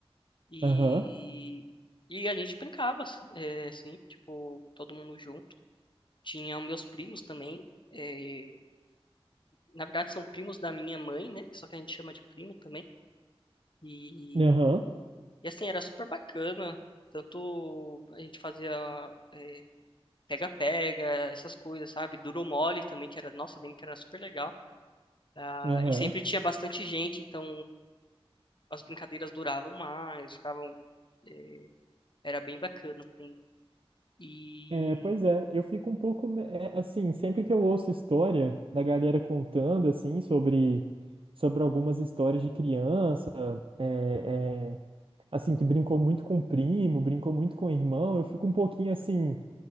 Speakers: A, on the left (about 50°); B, on the right (about 60°).
A: e
B: Aham,
A: e a gente brincava, assim, eh, assim, tipo, todo mundo junto. Tinha meus primos também. eh, na verdade são primos da minha mãe, né? Só que a gente chama de primo também. E,
B: aham,
A: e assim, era super bacana. Tanto a gente fazia é, pega-pega, essas coisas, sabe? Duro mole também, que era, nossa, eu lembro que era super legal. Ah,
B: aham.
A: e sempre tinha bastante gente, então as brincadeiras duravam mais, ficavam, é, era bem bacana, assim. E,
B: É, pois é, eu fico um pouco. me- é, assim, sempre que eu ouço história da galera contando, assim, sobre, sobre algumas histórias de criança, é, é, assim, que brincou muito com primo, brincou muito com irmão, eu fico um pouquinho, assim,